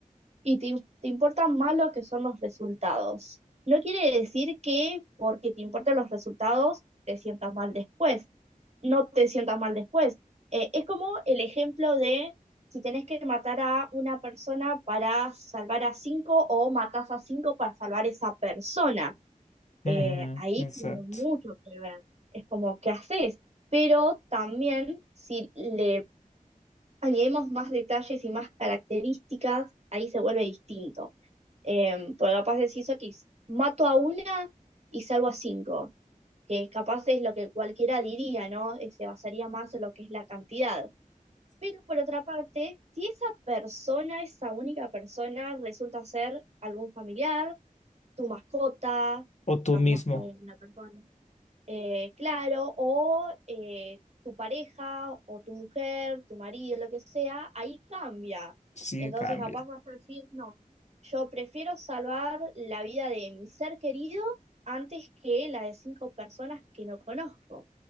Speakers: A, on the right (about 50°); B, on the left (about 55°).
A: y te, im- te importan más lo que son los resultados, no quiere decir que porque te importan los resultados te sientas mal después, no te sientas mal después. Eh, es como el ejemplo de si tenés que matar a una persona para salvar a cinco o matás a cinco para salvar a esa persona.
B: Ujú.
A: Eh, ahí
B: Exacto.
A: tiene mucho que ver. Es como, ¿qué haces? Pero también si le añadimos más detalles y más características, ahí se vuelve distinto. Eh, porque capaz decís, ok, mato a una y salvo a cinco que capaz es lo que cualquiera diría, ¿no? Eh, Se basaría más en lo que es la cantidad. Pero por otra parte, si esa persona, esa única persona, resulta ser algún familiar, tu mascota,
B: O tú
A: ca-
B: mismo.
A: más que una persona, eh, claro, o eh, tu pareja, o tu mujer, tu marido, lo que sea, ahí cambia.
B: Sí,
A: Entonces
B: cambia.
A: capaz vas a decir, no, yo prefiero salvar la vida de mi ser querido antes que la de cinco personas que no conozco.